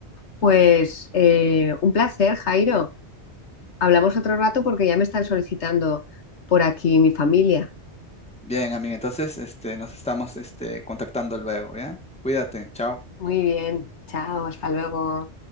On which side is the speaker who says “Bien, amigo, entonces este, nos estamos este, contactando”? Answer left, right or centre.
Centre